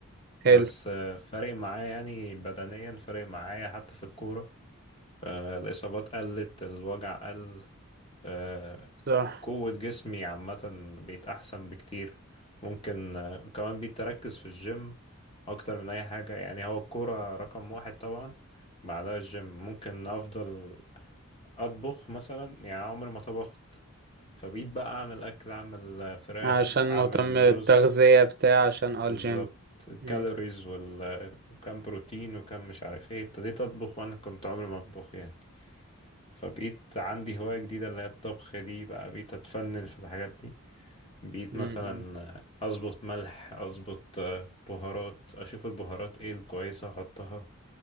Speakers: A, on the right; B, on the left.
A: حلو
B: بس آه، فارق معايا يعني بدنيا فارق معايا حتى في الكورة آه، الإصابات قلت الوجع قل آه،
A: صح
B: قوة جسمي عامة بقيت أحسن بكتير ممكن آه، وكمان بقيت أركز في الجيم أكتر من أي حاجة يعني هو الكورة رقم واحد طبعا بعدها الجيم ممكن أفضل أطبخ مثلا يعني عمري ما طبخت فبقيت بقى أعمل أكل أعمل آه، فراخ
A: عشان
B: أعمل
A: مهتم التغذية
B: رز
A: بتاع عشان اه
B: بالظبط
A: الجيم
B: الكالوريز
A: امم
B: وال... آه، وكم بروتين وكم مش عارف ايه ابتديت أطبخ وأنا كنت عمري ما أطبخ يعني فبقيت عندي هواية جديدة اللي هي الطبخ دي بقى بقيت أتفنن في الحاجات دي بقيت
A: امم
B: مثلا اظبط ملح اظبط آه، بهارات اشوف البهارات ايه الكويسه احطها